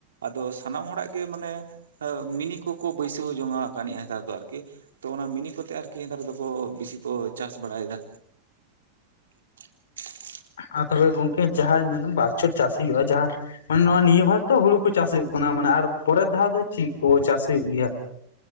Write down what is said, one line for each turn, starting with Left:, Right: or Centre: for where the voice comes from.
Right: ᱟᱫᱚ ᱥᱟᱱᱟᱢ ᱦᱚᱲᱟᱜ ᱜᱮ ᱢᱟᱱᱮ, ᱢᱤᱱᱤ ᱠᱚᱠᱚ ᱵᱟᱹᱭᱥᱟᱹᱣ ᱡᱚᱝᱟ ᱟᱠᱟᱜ ᱱᱤᱜ-ᱟ ᱦᱮᱛᱟᱨ ᱫᱚ ᱟᱨᱠᱤ᱾ ᱛᱚ ᱚᱱᱟ ᱢᱤᱱᱤ ᱠᱚᱛᱮ ᱟᱨᱠᱤ ᱱᱮᱛᱟᱨ ᱫᱚᱠᱚ ᱵᱮᱥᱤ ᱠᱚ ᱪᱟᱥ ᱵᱟᱲᱟᱭᱮᱫᱟ᱾ <inaudible>
Left: ᱟᱨ ᱛᱚᱵᱮ ᱜᱚᱝᱠᱮ ᱡᱟᱦᱟᱸᱭ ᱢᱮᱱᱟᱢ ᱵᱟᱨ ᱪᱷᱚᱴ ᱪᱟᱥ ᱦᱩᱭᱩᱜᱼᱟ ᱡᱟᱦᱟᱸ ᱢᱟᱱᱮ ᱱᱚᱜ-ᱚᱭ ᱱᱤᱭᱟᱹ ᱵᱷᱟᱨ ᱛᱚ ᱦᱩᱲᱩ ᱠᱚ ᱪᱟᱥ ᱦᱩᱭᱩᱜ ᱠᱟᱱᱟ ᱢᱟᱱᱮ ᱟᱨ ᱯᱚᱨᱮᱨ ᱫᱷᱟᱣ ᱫᱚ ᱪᱮᱫ ᱠᱚ ᱪᱟᱥ ᱦᱩᱭᱩᱜ ᱜᱮᱭᱟ?